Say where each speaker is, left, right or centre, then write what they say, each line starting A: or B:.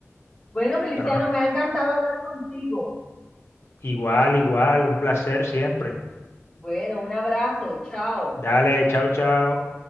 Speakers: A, on the left (about 20°); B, on the left (about 55°).
A: Bueno, Feliciano,
B: Pero no,
A: me ha encantado hablar contigo.
B: igual, igual, un placer siempre.
A: Bueno, un abrazo, chao.
B: Dale, chao, chao.